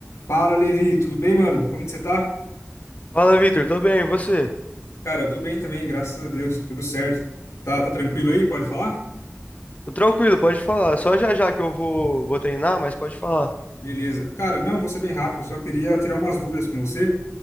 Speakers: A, on the left (about 85°); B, on the left (about 30°).
A: Fala, Levi, tudo bem, mano? Como que você tá?
B: Fala, Vitor, tô bem, e você?
A: Cara, eu tô bem também, graças a Deus, tudo certo. Tá, tá tranquilo aí? Pode falar?
B: Tô tranquilo, pode falar. Só já já que eu vou, vou treinar, mas pode falar.
A: Beleza. Cara, não, vou ser bem rápido, eu só queria tirar umas dúvidas com você.